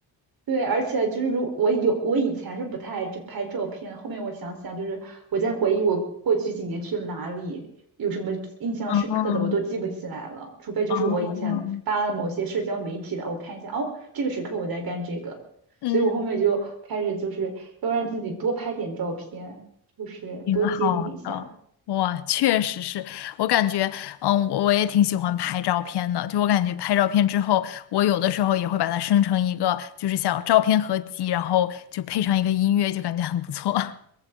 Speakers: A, on the right (about 65°); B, on the left (about 85°).
A: 对，而且就是如我有我以前是不太爱这拍照片后面我想想，就是我在回忆我过去几年去了哪里，有什么印象深刻的，
B: 嗯，
A: 我都记不起来了，除非就是我以前发了某些社交媒体的，
B: 哦，
A: 我看一下，哦，这个时刻我在干这个，
B: 嗯，
A: 所以我后面就开始就是要让自己多拍点照片，就是多记录一下。
B: 挺好的。哇，确实是我感觉，嗯，我我也挺喜欢拍照片的。就我感觉拍照片之后，我有的时候也会把它生成一个就是小照片合集，然后就配上一个音乐，就感觉很不错。<laughs>